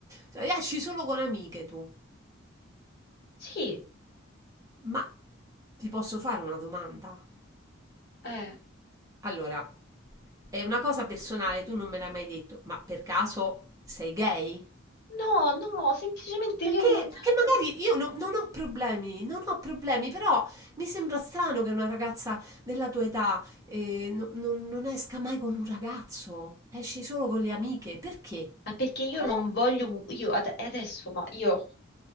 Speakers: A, on the right; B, on the left.
A: cioè, esci solo con amiche tu,
B: sì,
A: ma ti posso fare una domanda?
B: eh,
A: Allora, è una cosa personale, tu non me l'hai mai detto, ma per caso sei gay?
B: no, no, semplicemente
A: Perché
B: io non,
A: perché magari io no non ho problemi, non ho problemi, però mi sembra strano che una ragazza della tua età, ehm, no non non esca mai con un ragazzo, esci solo con le amiche. Perché?
B: ma perché io
A: Qual
B: non
A: è?
B: voglio, io ad- adesso, ma io